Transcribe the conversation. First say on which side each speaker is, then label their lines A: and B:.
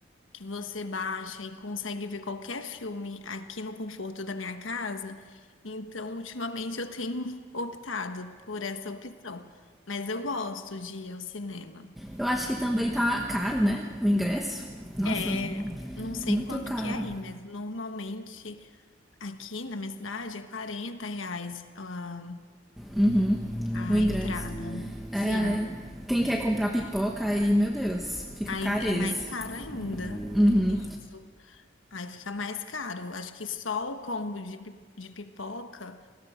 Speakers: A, on the left; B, in the centre.
A: que você baixa e consegue ver qualquer filme aqui no conforto da minha casa, então ultimamente eu tenho <laughs> optado por essa opção, mas eu gosto de ir ao cinema.
B: Eu acho que também tá caro, né? O ingresso. Nossa,
A: É, não sei
B: muito
A: quanto
B: caro.
A: que é aí, mas normalmente Aqui na minha cidade é 40 reais a
B: Uhum.
A: a
B: O ingresso.
A: entrada.
B: É,
A: Sim.
B: é. Quem quer comprar pipoca aí, meu Deus, fica
A: Aí
B: caro
A: é
B: esse.
A: mais caro ainda.
B: Uhum.
A: Isso. Aí fica mais caro. Acho que só o combo de, pi- de pipoca,